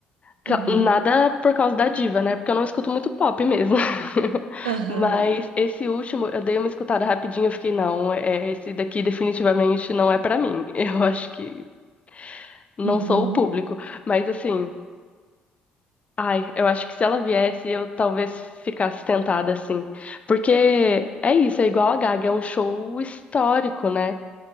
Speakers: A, on the left; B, on the right.
A: Ca-
B: Uhum.
A: Nada por causa da diva, né? Porque eu não escuto muito pop mesmo. <laughs>
B: Aham.
A: Mas esse último, eu dei uma escutada rapidinho, eu fiquei, não, é, esse daqui definitivamente não é pra mim. <laughs> Eu acho que não
B: Uhum.
A: sou o público. Mas assim. Ai, eu acho que se ela viesse, eu talvez ficasse tentada, assim. Porque é isso, é igual a Gaga, é um show histórico, né?